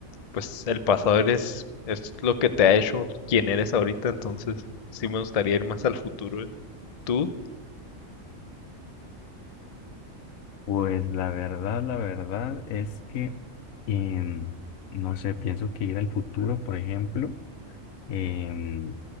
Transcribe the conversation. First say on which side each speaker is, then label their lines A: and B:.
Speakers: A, on the left; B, on the left.
A: pues el pasado eres, es lo que te ha hecho quien eres ahorita, entonces sí me gustaría ir más al futuro. ¿eh? ¿Tú?
B: Pues la verdad, la verdad es que, em, no sé, pienso que ir al futuro, por ejemplo, em,